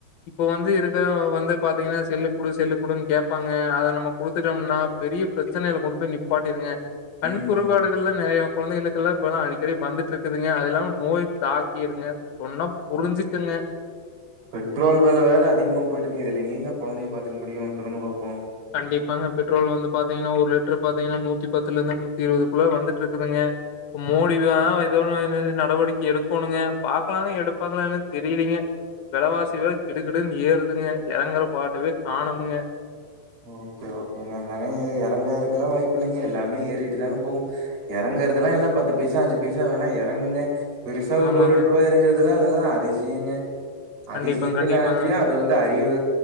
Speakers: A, on the left; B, on the right.
A: இப்ப வந்து இருக்க வந்து பாத்தீங்கன்னா செல்லு குடு செல்லு குடுன்னனு கேப்பாங்க அத நம்ம குடுத்துட்டோம்னா பெரியா பிர பிரச்சனில கொண்டு போய்நிப்பாட்டி இருங்க கண்
B: ம்
A: குறைபாடுகள்லாம் நிறைய குழந்தைகளுக்கு இப்பல்லாம் அடிக்கடி வந்துட்டு இருக்குதுங்கதுல்லாம நோய் தாக்கிருங்க சொன்னா புரிஞ்சுக்குங்க
B: பெட்ரோல் வெல வேற அதிகமா போயிட்டு இருக்குங்க இதுல எங்கங்க குழந்தைய பார்த்துக்க முடியும் சொல்லங்க பாப்போம்
A: கண்டிப்பாங்க பெட்ரோல் வந்து பாத்தீங்கன்னா ஒரு லிட்டரு பாத்தீங்கன்னா நூத்தி பத்துல இருந்து நூத்தி இருபதுக்குள்ள வந்துட்டு இருக்குதுங்க இப்ப மோடி ஏதோ நடவடிக்கை எடுக்கணுங்க பாக்கலாங்க எடுப்பாங்களாம் தெரியலீங்க விலைவாசி வே கிடுகிடுன்னு ஏறுதுங்க இறங்குற பாட்டவே காணங்க
B: ஓகே ஓகேங்க ஓகோங்க அதாங்க இறங்கறதுக்குல்லாம் வாய்ப்பு இல்லைங்க எல்லாமே ஏறிட்டுதாங்க போகும் இறங்குறதெல்லாம் எல்லாம் பத்து பைசா அஞ்சு பைசா வேணா இறங்குங்க பெருசா ஒரு
A: ஆமாங்க
B: ரூபா இரண்டு ரூபா இறங்காது அதெல்லாம் அதெல்லாம் அதிசியங்க அதிசயத்துல்ல
A: கண்டிப்பா கண்டிப்பாங்க
B: ஆச்சுதா அது வந்து அறிவு